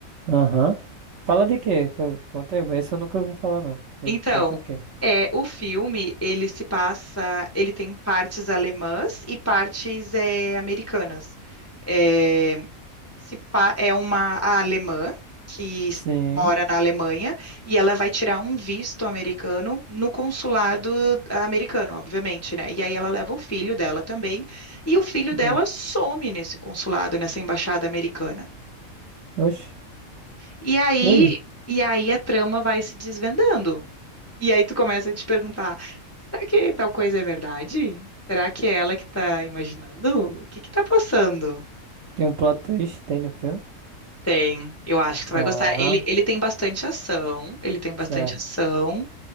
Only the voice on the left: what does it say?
Então,
é o filme, ele se passa, ele tem partes alemãs e partes eh, americanas. É, se pa- é uma a alemã que s-
mora na Alemanha e ela vai tirar um visto americano no consulado americano, obviamente, né? E aí ela leva o filho dela também e o filho dela
some nesse consulado, nessa embaixada americana.
E aí,
e aí a trama vai se desvendando. E aí tu começa a te perguntar, será que tal coisa é verdade? Será que é ela que tá imaginando? O que que tá passando?
Tem, eu acho que tu
vai gostar. Ele, ele tem bastante ação, ele tem bastante
ação